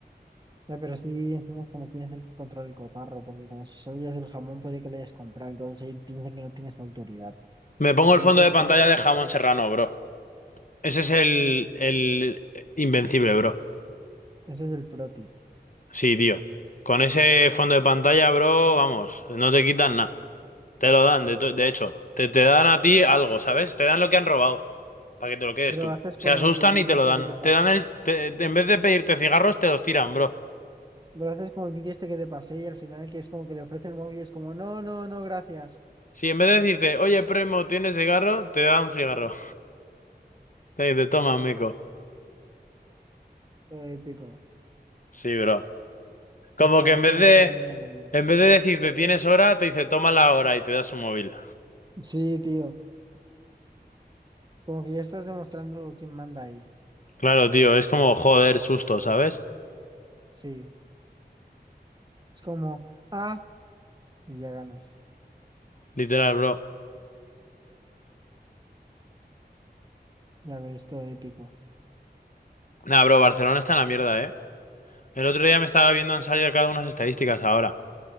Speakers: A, on the right; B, on the left.
A: Ya, pero sí enseñas como quién es el que controla el cotarro, porque como si solo llevas el jamón, puede que lo hayas comprado, entonces ahí piensan que no tienes autoridad.
B: Me pongo
A: Pero si
B: el fondo
A: ven que lo
B: de pantalla
A: cortas,
B: de jamón serrano, bro. Ese es el, el invencible, bro.
A: ese es el pro tip.
B: Sí, tío. Con ese fondo de pantalla, bro, vamos, no te quitan nada. Te lo dan, de, to- de hecho. Te, te dan a ti algo, ¿sabes? Te dan lo que han robado. Para que te lo quedes
A: Pero
B: tú.
A: haces
B: Se
A: como
B: asustan
A: el del vídeo
B: y te lo
A: este
B: dan.
A: que te pasé.
B: Te dan el... te- en vez de pedirte cigarros, te los tiran, bro.
A: Pero haces como el vídeo este que te pasé y al final que es como que le ofrece el móvil y es como, no, no, no, gracias.
B: Si en vez de decirte, oye, primo, ¿tienes cigarro? Te dan un cigarro. Te, te toman, meco.
A: Todo épico.
B: Sí, bro. Como
A: Ojalá
B: que en
A: fuera
B: vez de,
A: así la vida real.
B: en vez de decirte tienes hora, te dice toma la hora y te das un móvil.
A: Sí, tío. Como que ya estás demostrando quién manda ahí.
B: Claro, tío, es como joder, susto, ¿sabes?
A: Sí. Es como, ah, y ya ganas.
B: Literal, bro.
A: Ya ves, todo épico.
B: Nah, bro, Barcelona está en la mierda, ¿eh? El otro día me estaba viendo, han salido cada unas estadísticas ahora.